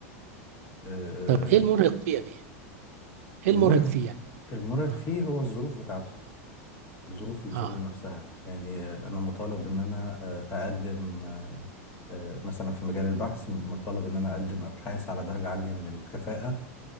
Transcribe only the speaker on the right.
طب ايه المرهق فيه يا بيه ايه
المرهق فيه يعني
اه
اه